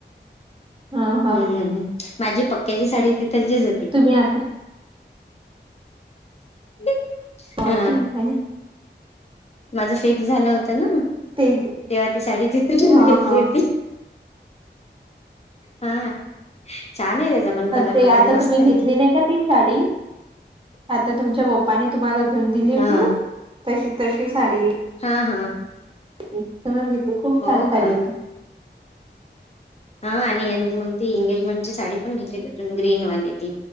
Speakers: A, on the right (about 30°); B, on the left (about 35°).
A: हा हा
B: हम्मम्म माझी, पक्क्याची साडी तिथल कडं ची होती.
A: तुम्ही आता
B: <unintelligible>
A: हो
B: हा
A: ठीक आहे.
B: माझं फिक्स झालं होतं ना.
A: ते
B: तेव्हा ती साडी जिथून
A: हा
B: घेतली
A: हा
B: होती. हा, छान आहे त्याचा पण कलर
A: ते
B: वगैरे
A: आता
B: मस्त
A: तुम्ही
B: आहे
A: घेतली नाही, का ती साडी. आता तुमच्या पप्पांनी तुम्हाला घेऊन दिली होती
B: हा
A: ना, तशी... तशी साडी
B: हा हा
A: कलर घेते, खूप
B: हो
A: छान
B: का
A: साडी ए
B: हा आणि अन् मग ते एंगेजमेंट साडी पण घेतली ग्रीन वाली ती,